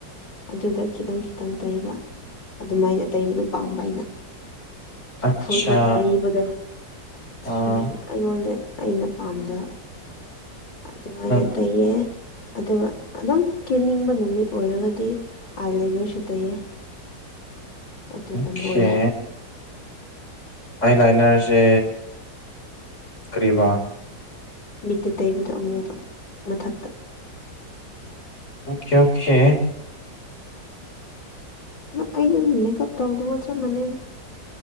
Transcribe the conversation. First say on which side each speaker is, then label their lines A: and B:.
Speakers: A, on the left; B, on the left.
A: ꯑꯗꯨꯗ ꯈꯤꯇꯪ ꯈꯤꯇꯪ ꯇꯩꯕ ꯑꯗꯨꯃꯥꯏꯅ ꯇꯩꯕꯗꯨ ꯄꯥꯝꯕ ꯑꯩꯅ
B: ꯑꯠꯆꯥ
A: ꯐꯨꯜꯒ ꯇꯩꯕꯗꯣ
B: ꯑꯥ
A: ꯊꯤ ꯑꯩꯉꯣꯟꯗ ꯑꯩꯅ ꯄꯥꯝꯗ ꯑꯗꯨꯃꯥꯏꯅ
B: ꯅꯪ
A: ꯇꯩꯌꯦ ꯑꯗꯨꯒ ꯑꯗꯨꯝ ꯀꯦꯅꯤꯡꯕ ꯅꯨꯃꯤꯠ ꯑꯣꯏꯔꯒꯗꯤ ꯑꯥꯏ ꯂꯥꯏꯅꯔꯁꯨ ꯇꯩꯌꯦ ꯑꯗꯨꯒ
B: ꯑꯣꯀꯦ
A: ꯂꯣꯏꯔꯦ
B: ꯑꯥꯏ ꯂꯥꯏꯅꯔꯁꯦ ꯀꯔꯤꯕ
A: ꯃꯤꯠꯇ ꯇꯩꯕꯗꯨ ꯑꯃꯨꯕ ꯃꯊꯛ
B: ꯑꯣꯀꯦ ꯑꯣꯀꯦ
A: ꯑꯩꯩꯗꯤ ꯃꯦꯀꯞ ꯇꯧꯗꯕꯒ ꯆꯞ ꯃꯥꯟꯅꯩꯩꯗ